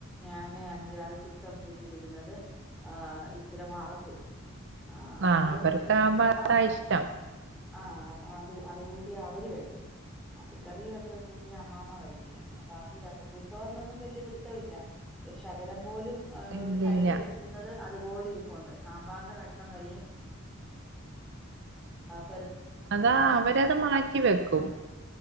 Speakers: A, in the centre; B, on the right.
A: ഞാന് അഞ്ചാറ് ചിക്കൻ ഫ്രിഡ്ജിലിരുന്നത് ആ ഇച്ചിരി വറുത്തു ആ
B: ആഹ്
A: അത്
B: അവർക്കാവുമ്പോ
A: ഏ
B: അതാ
A: അ
B: ഇഷ്ടം
A: ആ അത് അത് കൂട്ടി അവര് കഴിച്ചു മത്തിക്കറി ഒക്കെ കൂട്ടി അമ്മാമ്മ കഴിക്കുന്നു പിന്നെ ബാക്കി ചക്കക്കുരുത്തോറിനൊന്നും വലിയാ പിടുത്തവുല്ല ഒരു ശകലം പോലും ഹ
B: ഇല്ലില്ല
A: സൈഡി വെച്ച് ഇടുന്നത് അതുപോലെ ഇരിപ്പുണ്ട് സാമ്പാറിന്റെ കഷ്ണം വരെ ആ പെറുക്കി
B: അതാ അവരത് മാറ്റി വെക്കും